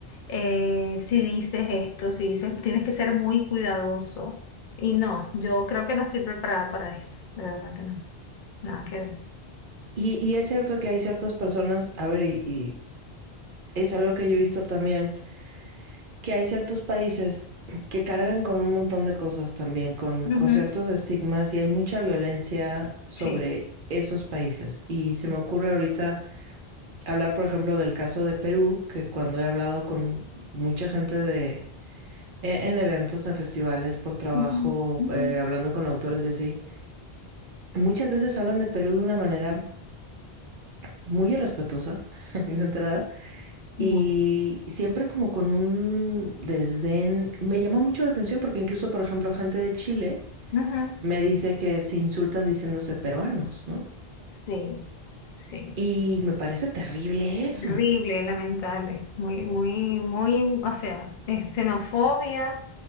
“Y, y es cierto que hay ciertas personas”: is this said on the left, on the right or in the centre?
Right